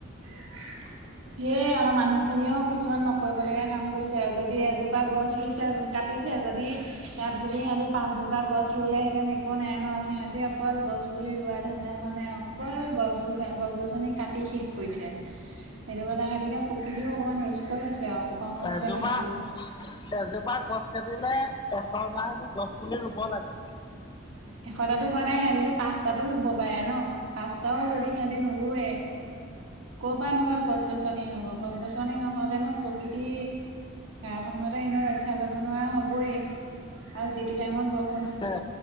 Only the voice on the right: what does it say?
<unintelligible> সেয়ে আমাৰ মানুহখিনিয়েও কিছুমান নকৰিবলগীয়া কাম কৰিছে। যদি এজোপা গছ ৰুইছে, কাটিছে যদি ইয়াত যদি সিহঁতি পাঁচজোপা গছ ৰুলে হেতেন একো নাই ন, সিহঁতি অকল গছ পুলি ৰোৱা ধান্দা মৰা নাই, অকল- অকল গছ বোৰ গছ-গছনি কাটি শেষ কৰিছে। সেইটো কথা কাৰনে প্ৰকৃতিও অকমান ৰুষ্ট হৈছে আৰু। খং উঠিছে
সিহঁতও
এশটাতো কোৱা নাই, সিহঁতিতো পাঁচতাতো ৰুব পাৰে ন। পাঁচটাও যদি সিহঁতেতি নোৰুৱে। ক'ৰ পৰা নো বাৰু গছ-গছনি হ'ব, গছ-গছনি নহ'লেনো প্ৰকৃতি সময়মতে এনেও ৰক্ষা কৰিব নোৱাৰা হ'বই, আৰু যিটো টাইমত ব